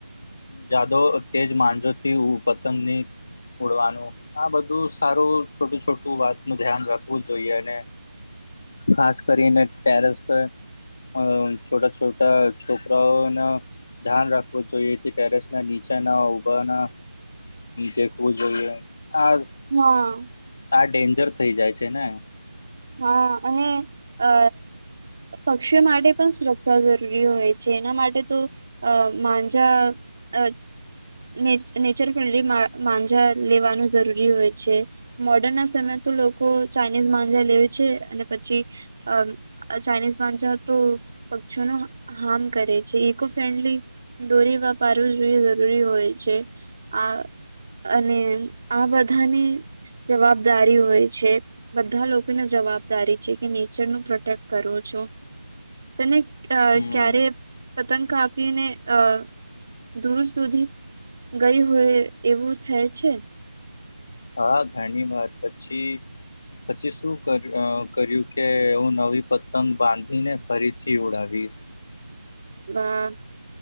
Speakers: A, on the left (about 25°); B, on the right (about 30°).
A: જાદો તેજ માંજો થી પતંગ ની ઉડવાનું. આ બધું સારું છોટું છોટું વાત નું ધ્યાન રાખવું જોઈએ અને ખાસ કરીને ટેરેસ પર અ છોટા છોટા છોકરાઓન ધ્યાન રાખવું જોઈ પછી ટેરેસ ના નીચેના ઉભા ના દેખવું જોઈએ આ
B: હા.
A: આ ડેન્જર થઈ જાય છે ને.
B: હા અને અ પક્ષીઓ માટે પણ સુરક્ષા જરૂરી હોય છે એના માટે તો અ માંજા અ ને નેચર ફ્રેન્ડલી મા માંજા લેવાનું જરૂરી હોય છે. મોર્ડર્ન ના સમયે તો લોકો ચાઇનીઝ માંજા લેવ છે અને પછી અ આ ચાઇનીઝ માંજા ઓ તો પક્ષીઓનો હાર્મ કરે છે. ઇકો ફ્રેન્ડલી દોરી વાપરવું જોઈએ જરૂરી હોય છે આ અને આ બધાની જવાબદારી હોય છે, બધા લો જવાબદારી છે કે નેચર નું પ્રોટેક્ટ કરો છો. તને અ
A: હમ
B: ક્યારે પતંગ કાપીને અ દૂર સુધી ગઈ હોય એવું થાય છે.
A: હા ઘાણી વાર પછી પછી શું ક કર્યું કે હું નવી પતંગ બાંધીને ફરીથી ઉડાવીશ.
B: ના,